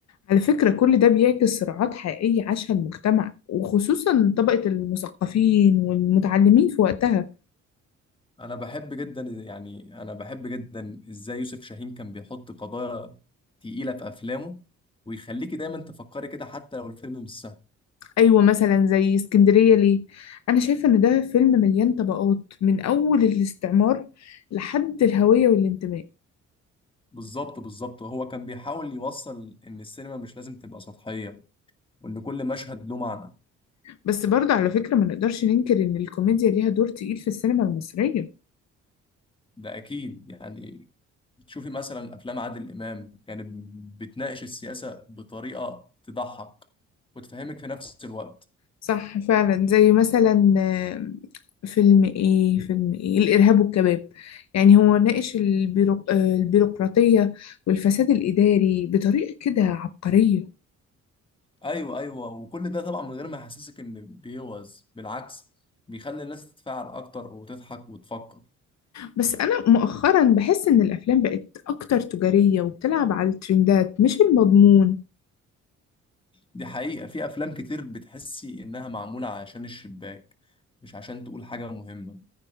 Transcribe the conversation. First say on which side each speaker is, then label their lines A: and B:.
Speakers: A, on the left (about 60°); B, on the left (about 15°).
A: على فكرة كل ده بيعكس صراعات حقيقية عاشها المجتمع وخصوصا طبقة المثقفين والمتعلمين في وقتها.
B: انا بحب جدا يعني انا بحب جدا ازاي يوسف شاهين كان بيحط قضايا تقيله في افلامه ويخليكي دايما تفكري كده حتى لو الفيلم مش سهل
A: ايوه مثلا زي اسكندريه ليه انا شايفه ان ده فيلم مليان طبقات من اول الاستعمار لحد الهويه والانتماء
B: بالظبط بالظبط هو كان بيحاول يوصل ان السينما مش لازم تبقى سطحيه وان كل مشهد له معنى
A: بس برضه على فكره ما نقدرش ننكر ان الكوميديا ليها دور تقيل في السينما المصريه
B: ده اكيد يعني تشوفي مثلا افلام عادل امام يعني بتناقش السياسه بطريقه تضحك وتفهمك في نفس الوقت
A: صح فعلا زي مثلا آه، فيلم ايه فيلم ايه الارهاب والكباب يعني هو ناقش البيرو... آه، البيروقراطيه والفساد الاداري بطريقه كده عبقريه
B: ايوه ايوه وكل ده طبعا من غير ما يحسسك ان بيوز بالعكس بيخلي الناس تتفاعل اكتر وتضحك وتفكر
A: بس أنا مؤخرا بحس إن الأفلام بقت أكتر تجارية وبتلعب على الترندات مش المضمون
B: دي حقيقه في افلام كتير بتحسي انها معموله عشان الشباك مش عشان تقول حاجه مهمه